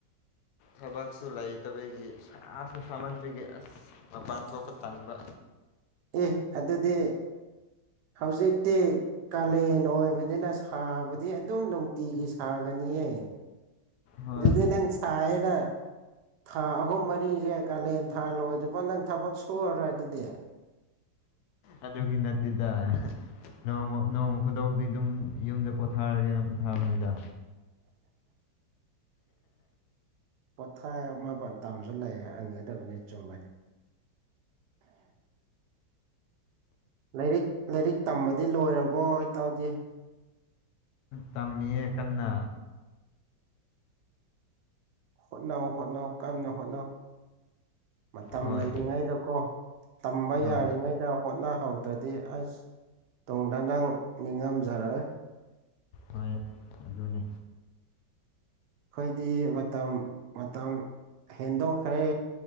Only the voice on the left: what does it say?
ꯊꯕꯛꯁꯨ ꯂꯩꯇꯕꯒꯤ ꯁꯥꯥꯁꯨ ꯁꯥꯃꯟꯕꯒꯤ ꯑꯁ ꯃꯄꯥꯟ ꯊꯣꯛꯄ ꯇꯥꯟꯕ
ꯍꯣꯏ
ꯑꯗꯨꯒꯤ ꯅꯠꯇꯦꯗ ꯅꯣꯡꯃ ꯅꯣꯡꯃ ꯈꯨꯗꯧꯇꯤ ꯑꯗꯨꯝ ꯌꯨꯝꯗ ꯄꯣꯊꯥꯔꯒꯦꯅ ꯄꯣꯊꯥꯕꯅꯤꯗ
ꯇꯝꯃꯤꯌꯦ ꯀꯟꯅ
ꯍꯣꯏ
ꯍꯣꯏ
ꯍꯣꯏ ꯑꯗꯨꯅꯤ